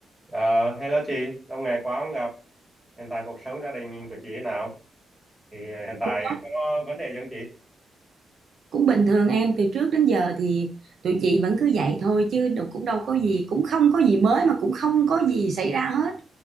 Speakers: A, in the centre; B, on the right.
A: Ờ, hello chị, lâu ngày quá không gặp. Hiện tại cuộc sống gia đình của chị thế nào? Thì ờ, hiện tại
B: cũng
A: có vấn đề gì không chị?
B: cũng bình thường em từ trước đến giờ thì tụi chị vẫn cứ vậy thôi chứ đâu cũng đâu có gì cũng không có gì mới mà cũng không có gì xảy ra hết